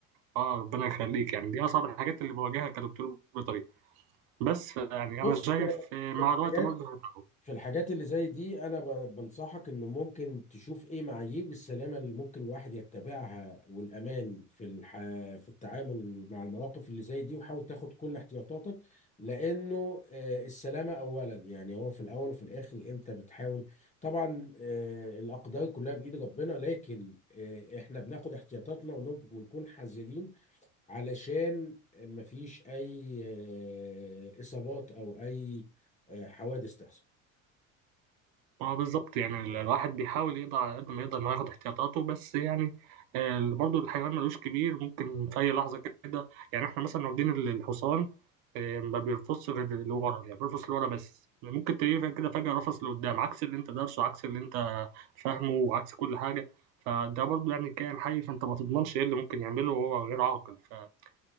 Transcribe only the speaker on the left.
بص
في الحاجات
في الحاجات اللي زي دي انا ب- بنصحك انه ممكن تشوف ايه معايير السلامه اللي ممكن الواحد يتبعها والامان في الح... في التعامل مع المواقف اللي زي دي وحاول تاخد كل احتياطاتك لانه آه، السلامه اولا يعني هو في الاول وفي الاخر انت بتحاول طبعا آه، الاقدار كلها بايد ربنا لكن آه، احنا بناخد احتياطاتنا ونب- ونكون حذرين علشان مفيش اي آه، اصابات او اي آه، حوادث تحصل